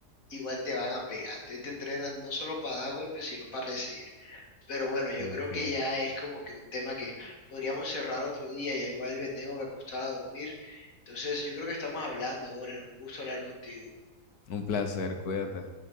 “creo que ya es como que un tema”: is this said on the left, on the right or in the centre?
Left